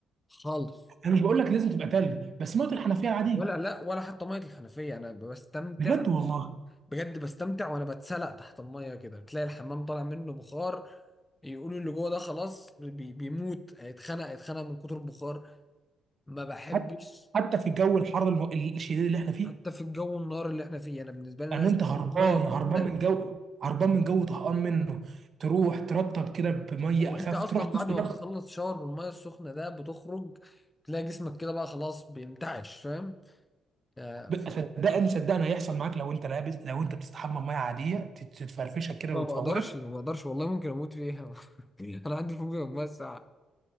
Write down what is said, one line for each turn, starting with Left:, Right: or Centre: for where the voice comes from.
Left: خالص
Right: انا مش بقول لك لازم تبقى تلج بس ميه الحنفيه عاديه
Left: ولا لا ولا حتى ميه الحنفيه انا بستمتع
Right: بجد والله
Left: بجد بستمتع وانا بتسلق تحت الميه كده بتلاقي الحمام طالع منه بخار يقولوا اللي جوه ده خلاص بي بيموت هيتخنق هيتخنق من كتر البخار ما بحبش
Right: حتى حتى في الجو الحر الم- الشديد اللي احنا فيه
Left: حتى في الجو النار اللي احنا فيه انا بالنسبه لي الناس
Right: ان انت
Left: تحمل
Right: هربان
Left: ميه سخنه
Right: هربان من جو هربان من جو طهقان منه تروح ترطب كده بميه
Left: هو
Right: اخف
Left: انت اصلا
Right: تروح تسقي
Left: بعد ما
Right: نفسك
Left: بتخلص شاور بالميه السخنه ده بتخرج تلاقي جسمك كده بقى خلاص بينتعش فاهم آه،
Right: ب-
Left: ف-
Right: صدقني صدقني هيحصل معاك لو انت لابس لو انت بتستحمى بميه عاديه تت- تتفرفشك كده
Left: ما
Right: وتفوقك
Left: بقدرش ما بقدرش والله ممكن اموت فيها <laughs> انا عندي فوبيا من الميه الساقعه